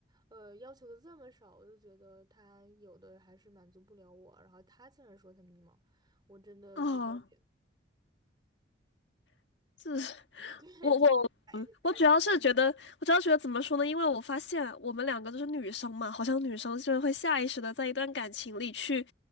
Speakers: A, on the right; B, on the left.
A: 呃，要求的这么少，我就觉得他有的还是满足不了我。然后他竟然说他迷茫，我真的不理解。
B: 哦，<laughs> 这是
A: <laughs> 对，
B: 我
A: 就，哎，这些问题，
B: 我主要是觉得，我主要觉得怎么说呢？因为我发现我们两个都是女生嘛，好像女生就是会下意识的在一段感情里去